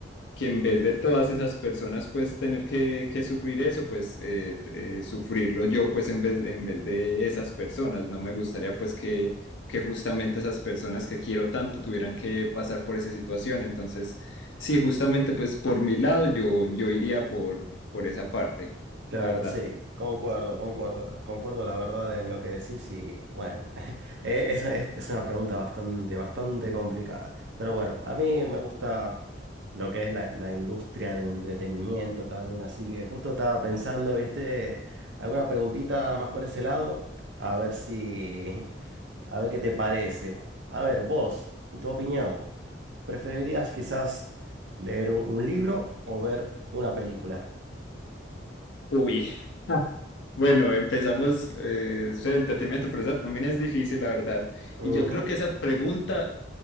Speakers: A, on the left (about 75°); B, on the right (about 75°).
A: que en vez de todas esas personas pues tener que, que sufrir eso, pues eh, eh, sufrirlo yo pues en vez, en vez de esas personas, no me gustaría pues que, que justamente esas personas que quiero tanto tuvieran que pasar por esa situación, entonces sí, justamente pues por mi lado yo, yo iría por, por esa parte,
B: Claro,
A: la verdad.
B: sí, concuerdo, concuerdo, concuerdo la verdad en lo que decís y bueno, <laughs> eh, es, es es una pregunta bastante, bastante complicada. Pero bueno, a mí me gusta. lo que es la, la industria del entretenimiento también. Así que justo estaba pensando, ¿viste? Alguna preguntita más por ese lado, a ver si, a ver qué te parece. A ver, vos, en tu opinión, ¿preferirías quizás leer un, un libro o ver una película?
A: Uy, Bueno, empezamos eh, eso de entretenimiento, pero esa también es difícil, la verdad.
B: Ujú,
A: Y yo creo que esa pregunta,